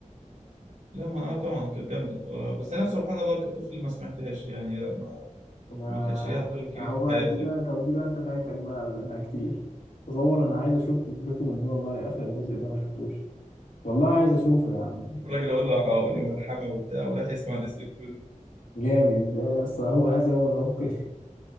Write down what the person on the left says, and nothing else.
يا-
أهو
بقى
دي بقى طب دي بقى أنت فايتك بقى منها كتير تصور أنا عايز أشوف بيسبيكول مي والله آخر جزء ده ما شفتوش والله عايز أشوفه يا عم
جامد اصل هو هذا هو ذوقي